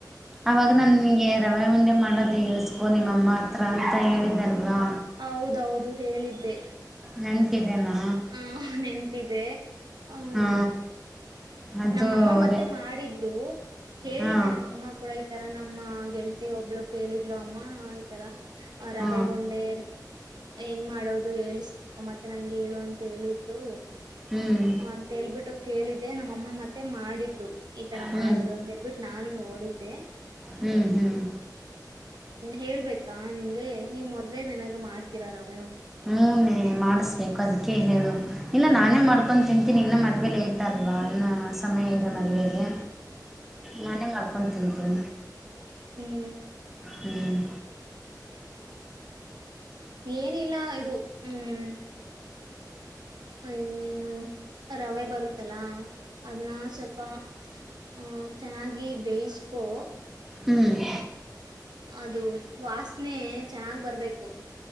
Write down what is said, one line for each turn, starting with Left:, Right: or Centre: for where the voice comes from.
Centre: ಅವಾಗ ನಾ ನಿನಗೆ ರವೆ ಉಂಡೆ ಮಾಡೋದು ಹೇಳಿಸ್ಕೋ ನಿಮ್ಮಮ್ಮ ಹತ್ರ ಅಂತ ಹೇಳಿದಲ್ವಾ
Right: ಹೌದೌದು ಹೇಳಿದ್ದೆ
Centre: ನೆನ್ಪಿದೆೇನ?
Right: ಹ ನೆನಪಿದೆ ಹ್ಮ್
Centre: ಹಾ ಅದು
Right: ನಮ್ಮಮ್ಮ
Centre: ಅವರೇ
Right: ಮತ್ತೆ ಮಾಡಿದ್ ದ್ರು ಹೇಳಿದ್ದೆ
Centre: ಹಾ
Right: ನಮ್ಮ ಅಮ್ಮಗ್ ಕೂಡ, ಈತರ ನಮ್ಮ ಗೆಳತಿ ಒಬ್ಳು ಕೇಳಿದ್ಲು ಅಮ್ಮ, ಈತರ ರವೆ
Centre: ಹಾ
Right: ಉಂಡೆ ಹೆಂಗ್ ಮಾಡೋದು ಹೇಳಳ್ಸ್ <unintelligible> ಮತ್ತೆ ನಂಗೆ ಹೇಳು ಅಂತ ಹೇಳಿದ್ರು
Centre: ಹ್ಮ್
Right: ಹ ಅಂತ ಹೇಳ್ಬಿಟ್ಟು ಕೇಳಿದ್ದೆ ನಮ್ಮ ಅಮ್ಮ ಮತ್ತೆ ಮಾಡಿದ್ದ ಈ ತರ
Centre: ಹ್ಮ್
Right: ಮಾಡುದು ಅಂತ ಹೇಳ್ಬಿಟ್ಟು ನಾನು ನೋಡಿದ್ದ ದೇ <unintelligible>
Centre: ಹ್ಮ್ ಹ್ಮ್
Right: ಹೇಳ್ಬೇಕು ಹಾ ನಿಮ್ಗೆ ನೀವ ಮದ್ವೆೇಗ್ ಏನಾದ್ರು ಮಾಡ್ತ ಕೆರರ ಆಫ್ <unintelligible>
Centre: ಹ್ಮನೇ ಮಾಡಸ್ ಬೇಕ ಅದಕ್ಕೆ ಹೇಳು ಇಲ್ಲ ನಾನೇ
Right: ಹಾ
Centre: ಮಾಡ್ಕೊಂಡು ತಿಂತೀನಿ ಇಲ್ಲ ಮತ್ತ ಮದುವೆ ಲೇಟ್ ಅಲ್ವಾ ಇನ್ನುೂ ಸಮಯ ಇದೆ ಮದುವೆಗೆ ನಾನೇ ಮಾಡ್ಕೊತ ಹ
Right: ಹ್ಮ್
Centre: ಹ್ಮ್
Right: ಏನಿಲ್ಲ ಇದು ಹ್ಮ್ ಅ ಏನು ರವೆ ಬರುತ್ತಲಾ ಅದನ್ನ ಸ್ವಲ್ಪ ಆ ಚೆನ್ನಾಗಿ ಬೇಯಿಸ್ಕೋ
Centre: ಹ್ಮ್
Right: ಅದು ವಾಸನೆ ಚೆನ್ನಾಗ್ ಬರ್ಬೇಕು